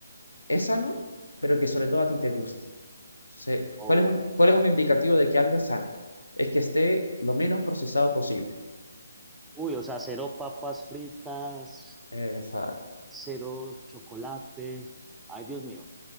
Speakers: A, on the left (about 75°); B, in the centre.
A: es sano, pero que sobre todo a ti te guste. Entonces,
B: ok.
A: ¿cuál es un, cuál es un indicativo de que algo es sano? Es que esté lo menos procesado posible.
B: Uy, o sea, cero papas fritas,
A: Exacto.
B: cero chocolate. Ay, Dios mío,